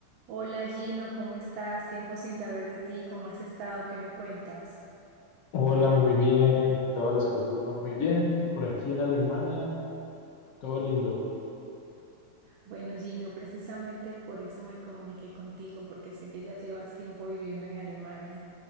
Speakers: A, on the right; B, on the left.
A: Hola Gino, ¿cómo estás? Tiempo sin saber de ti, ¿cómo has estado? ¿Qué me cuentas?
B: Hola, muy bien. Todas las cosas van muy bien. Por aquí en Alemania, todo lindo.
A: Bueno, Gino, precisamente por eso me comuniqué contigo, porque sé que ya llevas tiempo viviendo en Alemania